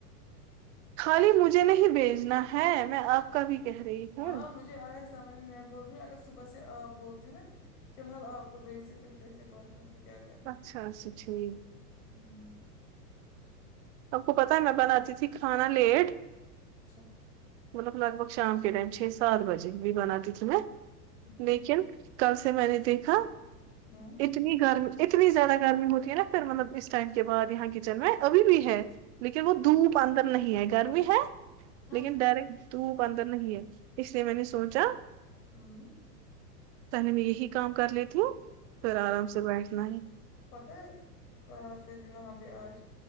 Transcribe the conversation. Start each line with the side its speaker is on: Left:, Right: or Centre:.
Right: خالی مجھے نہیں بھیجنا ہے میں آپ کا بھی کہہ رہی ہوں
Left: ہاں مجھے آئے سمجھ میں میں بول رہی ہوں اگر صبح سے آپ بولتی نا فی الحال آپ کو بھیجتے پھر دیکھتے بایوں کو کیا کرتے
Right: اچھا اچھا اچھی
Left: ہوں
Right: آپ کو پتا ہے میں بناتی تھی کھانا لیٹ
Left: اچھا
Right: مطلب لگ بگ شام کے ائم چھ سات بجے بھی بنا تھی تو میں
Left: ہوں
Right: لیکن کل سے میں نے دیکھا
Left: ہوں
Right: اتنی گرمی اتنی زیادہ گرمی ہوتی ہے نا پھر مطلب اس ٹائم کے بعد یہاں کچن میں ہے ابھی بھی ہے لیکن وہ دھوپ اندر نہیں ہے گرمی ہے
Left: ہاں
Right: لیکن ڈر تو وہ اندر نہیں ہے اس لیے میں نے سوچا
Left: ہوں
Right: پہلے میں یہ ہی کام کر لیتی ہوں پھر آرام سے بیٹھنا ہے
Left: پتا ہی تو پھر بھی وہاں پہ آج